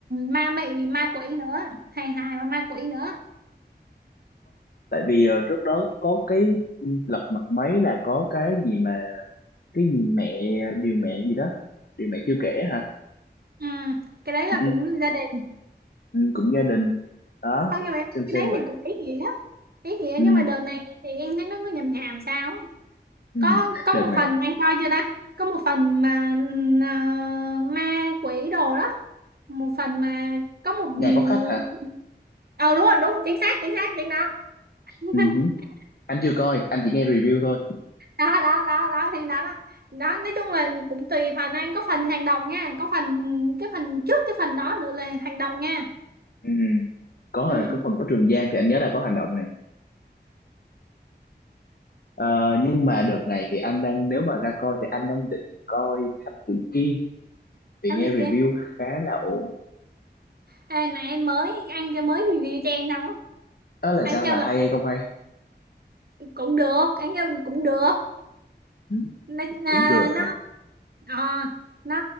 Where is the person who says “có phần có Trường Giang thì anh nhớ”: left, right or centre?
Left